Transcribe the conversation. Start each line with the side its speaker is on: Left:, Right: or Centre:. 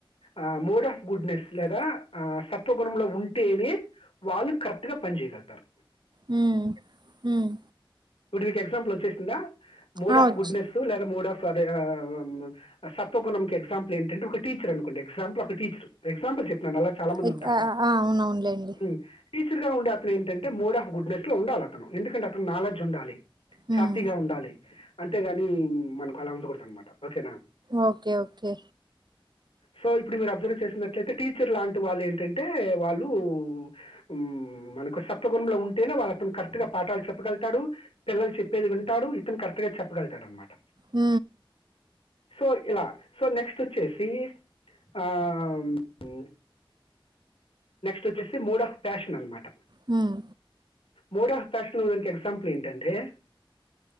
Left: ఆ మోడ్ ఆఫ్ గుడ్నెస్ లేదా ఆ సత్వగుణంలో ఉంటేనే వాళ్ళు కరెక్ట్ గా పనిచెగలుగుతారు
Right: హ్మ్ హ్మ్
Left: ఇప్పుడు మీకు ఎగ్జాంపుల్ వోచ్చేసిందా మూడ్
Right: ఆ!
Left: ఆఫ్
Right: వచ్చి
Left: గుడ్నెస్ లేదా మూడ్ ఆఫ్ అదేగా ఆ సత్వగుణం కు ఎగ్జాంపుల్ ఏంటంటే ఒక టీచర్ అనుకోండి ఎగ్జాపుల్ ఒక టీచర్ ఎగ్జాపుల్ చెప్ ననాలా చాలా మంది
Right: ఎక్
Left: ఉంటారు
Right: ఆ ఆ అవునవునులేండి
Left: ము టీచర్గా ఉండే అతను ఏంటంటే మోడ్ ఆఫ్ గుడ్నెస్ లో ఉండాలతను ఎందుకంటే అతను నాలడ్జ్ ఉండాలి
Right: హ్మ్
Left: హ్యాపీగా ఉండాలి అంతేగాని మనకు అలా ఉండకూడదు అన్ మాట ఓకేనా
Right: ఓకే ఓకే
Left: సొ ఇప్పుడు మీరు అబ్జర్వ్ చేసినట్లయితే టీచర్ లాంటి వాళ్ళు ఏంటంటే వాళ్ళు ము మనకు సప్త గుణం లో ఉం తేనె వాళ్ళ అతను కరెక్ట్ గా పాఠాలు చెప్పగలుతాడు, పిల్లలు చెప్పేది వింటాడు ఇతను కరెక్ట్ గా చెప్పగలుగుతాడు అనమాట,
Right: ఊ
Left: సో ఇలా సో నెక్స్ట్ వోచ్చేసి ఆ ఊ ఊ నెక్స్ట్ వోచ్చేసి మూడ్ ఆఫ్ ఫ్యాషన్ అనమాట,
Right: హ్మ్
Left: మూడ్ ఆఫ్ ఫ్యాషనున్ నికి ఎగ్జాంపుల్ ఏంటంటే